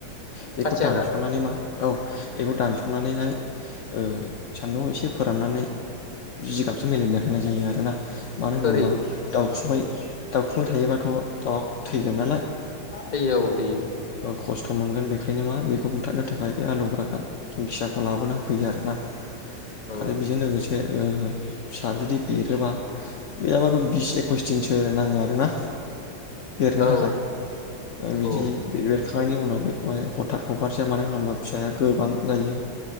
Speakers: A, on the left; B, on the left.
A: बेखौ
B: फासि
A: दानस'
B: हाग्रा
A: नानै मा औ इखौ दानस' नानैहाय ओ सान्दुं आव एसे फोराननानै जिगाबजों मिलायना होनाय जायो आरोना। मानो होनोबा
B: ओरै
A: दाउ खुमै दाउखुमै थायोबाथ' दाउ आव थु थैगोन नालाय
B: थैयो औ थैयो
A: खस गथ' मोनगोन बेखायनो मा बेखौ बुथारनो थाखाय बे आलौग्रा दिंखियाखौ लाबोना होफैयो आरोना।
B: औ
A: आरो बेजों लोगोसे ओ फिसा जुदि देरोबा गैयाबाबो बिस एकइस दिनसो नाङो आरोना। बेरनो
B: औ
A: थाखाय ओ
B: नंगौ
A: बिदि बेरखांनायनि उनाव बेखौहाय हथाथ हगार जाया मानो होनोबा फिसाया गोबां जायो